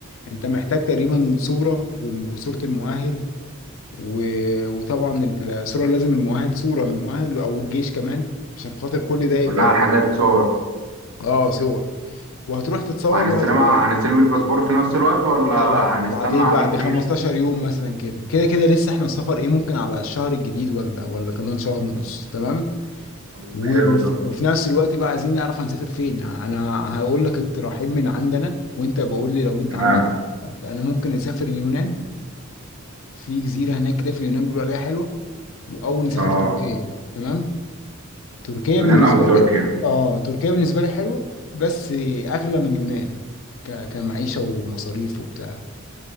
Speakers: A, on the left (about 65°); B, on the right (about 80°).
A: انت محتاج تقريبا صورة والم- وصورة المؤهل و- وطبعا الصورة لازم المؤهل صورة من المؤهل او الجيش كمان عشان خاطر كل ده يبقى
B: كلها الحاجات
A: ي-
B: صور
A: اه صور وهتروح تتصور
B: وهنستلمها
A: وهتلاقوا
B: هنستلم الباسبور في نفس الوقت ولا
A: لا لا لا
B: هنستنى
A: بعدين
B: عليه
A: بعد
B: كتير
A: 15 يوم مثلا كده كده كده لسه احنا السفر ايه ممكن على الشهر الجديد ولا ولا كمان شهر ونص تمام
B: طب
A: و-
B: حلو
A: وف-
B: ده
A: وفي نفس الوقت بقى عايزين نعرف هنسافر فين انا هقول لك اقتراحين من عندنا وانت بقول لي لو انت
B: تمام
A: عندك اقتراحات انا ممكن نسافر يونان في جزيره هناك كده في اليونان بيقولوا عليها حلوه واول نسافر
B: اه
A: تركيا تمام تركيا
B: يونان
A: بالنسبه
B: او تركيا
A: لي اه تركيا بالنسبه لي حلوه بس اغلى من اليونان ك... كمعيشه ومصاريف وبتاع